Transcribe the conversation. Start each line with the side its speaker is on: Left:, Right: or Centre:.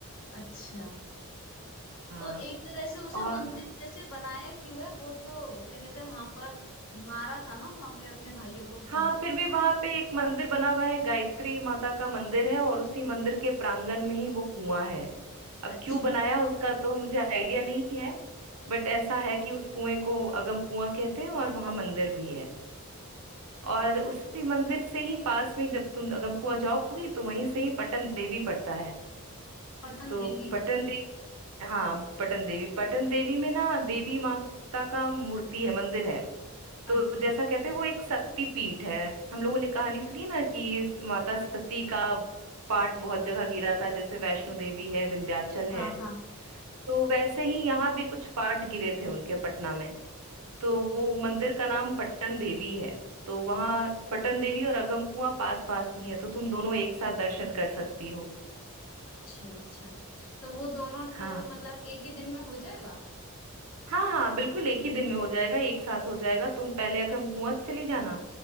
Left: अच्छा
Right: हाँ
Left: तो एक तरह से उसे
Right: और
Left: मंदिर वैसे बनाया क्यों है वो तो क्या कहते हैं वहां पर मारा था ना वहां पे अपने भाइयों को उसने
Right: हाँ फिर भी वहां पे एक मंदिर बना हुआ है गायत्री माता का मंदिर है और उसी मंदिर के प्रांगण में ही वो कुआं है अब
Left: अच्छा
Right: क्यों बनाया उसका तो मुझे आइडिया नहीं है बट ऐसा है कि उस कुएं को अगम कुआं कहते हैं और वहां मंदिर भी है
Left: अच्छा
Right: और उसी मंदिर से ही पास में जब तुम अगम कुआं जाओगी तो वहीं से ही पटन देवी पड़ता है
Left: पट्टन
Right: तो
Left: देवी
Right: पटन देवी हाँ पटन देवी पटन देवी में ना देवी माता का मूर्ति है मंदिर है तो
Left: अच्छा
Right: जैसा कहते हैं वो एक शक्ति पीठ है हम लोगों ने कहानी सुनी है ना कि इस माता सती का पार्ट बहुत जगह गिरा था जैसे वैष्णो देवी है विंध्याचल है
Left: हाँ हाँ
Right: तो वैसे ही यहाँ भी कुछ पार्ट गिरे थे उनके पटना में तो वो मंदिर का नाम पट्टन देवी है तो वहाँ पट्टन देवी और अगम कुआं पास पास में ही है तो तुम दोनों एक साथ दर्शन कर सकती हो
Left: अच्छा अच्छा तो वो दोनों
Right: हाँ
Left: टूर मतलब एक ही दिन में हो जाएगा
Right: हाँ हाँ बिल्कुल एक ही दिन में हो जाएगा एक साथ हो जाएगा तुम पहले अगम कुआं चली जाना